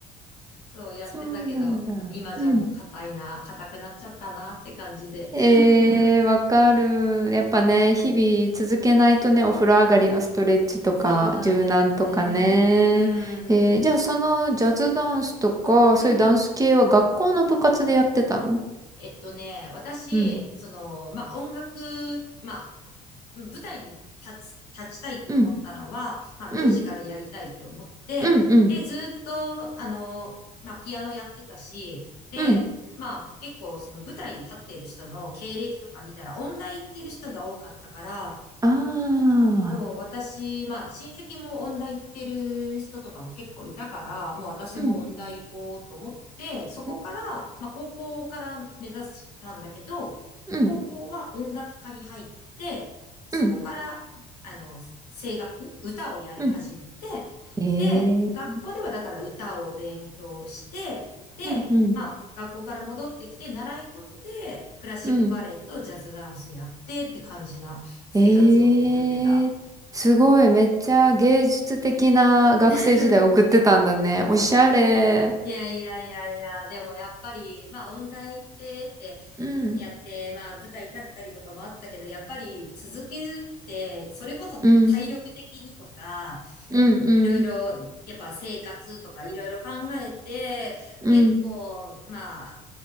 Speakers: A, on the left; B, on the right.
A: そうやってたけど、
B: そうなんだ。
A: 今じゃもう硬いな、
B: うん。
A: 硬くなっちゃったなって感じで。<laughs>
B: えー、わかる。やっぱね、日々続けないとね、お風呂上がりのストレッチとか、
A: そうなんだよね。
B: 柔軟とかね。
A: う
B: えー、
A: ん。
B: じゃあそのジャズダンスとか、
A: うん。
B: そういうダンス系は学校の部活でやってたの
A: えっとね、私、
B: うん、
A: その、まあ、音楽、まあ、うん舞台に立つ、立ちたいって思ったのは、
B: うん、
A: まあ、ミュージカルやりたいって思って、
B: うん、うん、うん、
A: で、ずっと、あの、まあ、ピアノやってたし、で、
B: うん、
A: まあ、結構、その舞台立ってる人の経歴とか見たら、音大行ってる人が多かったから、
B: ああ
A: そう、私、まあ、親戚も音大行ってる人とかも結構いたから、もう私も音大行こうと思って、
B: うん、
A: そこから、
B: うん、
A: まあ、高校から目指したんだけど、
B: うん、
A: 高校は音楽科に入って、そこから、
B: うん、
A: あの、声楽、歌をやり始めて、
B: うん、えー
A: で、学校ではだから歌を勉強して、で、
B: うん、うん、
A: まあ、学校から戻ってきて、習い事でクラシックバレエとジャズダンスやってって感じな生活を送ってた。
B: うん。ええすごい、めっちゃ芸術的な学生時代送ってたんだね。
A: <laughs>
B: おしゃれ。
A: いやいやいやいや、でもやっぱり、まあ音大行ってって
B: うん、
A: やって、まあ舞台立ったりとかもあったけど、やっぱり続けるって、それこそ体力的にとか、
B: うん、うん、うん、
A: いろいろ、やっぱ生活とかいろいろ考えて、
B: うん、
A: 結構、まあ